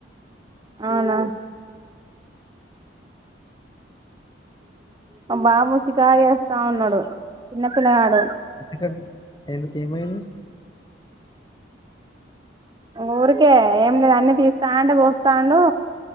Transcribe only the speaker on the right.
అవునా మా బాబు చికాయ చేస్తా ఉన్నాడు చిన్న పిల్లగాడు
ఊరికే ఏం లేదు అన్ని తిస్తాంటే పోస్తాండు